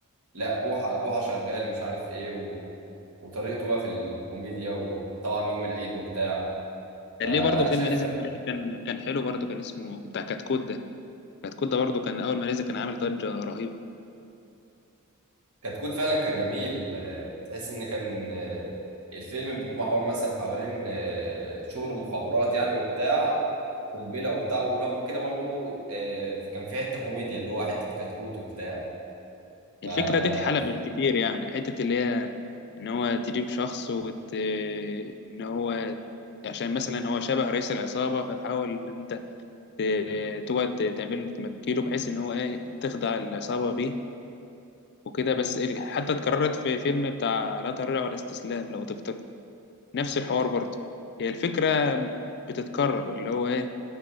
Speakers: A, on the right; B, on the left.
A: لا بوحة بوحة شغال مش عارف ايه و... وطريقته بقى في الكوميديا وطبعا يوم العيد وبتاع
B: كان
A: فانا
B: ليه برضه فيلم
A: شايف
B: نزل من قريب كان كان حلو برضه كان اسمه بتاع كتكوت ده كتكوت ده برضه كان أول ما نزل كان عامل ضجة رهيبة
A: كتكوت فعلا كان جميل آه، تحس ان كان آه، الفيلم بيتمحور مثلا حوالين آه، شغل مخابرات يعني وبتاع وقنبله وبتاع ورغم كده برضو آه، كان في حته كوميديا اللي هو حته كتكوت وبتاع
B: الفكرة
A: ف
B: دي اتحلبت كتير يعني حتة اللي هي إن هو تجيب شخص وت... آه، إن هو عشان مثلا هو شبه رئيس العصابة فتحاول إن أنت ت- تقعد تعمل له تمكيله بحيث ان هو ايه تخدع العصابه بيه وكده بس ال- حتى اتكررت في فيلم بتاع لا تراجع ولا استسلام لو تفتكر نفس الحوار برضه هي الفكره بتتكرر اللي هو ايه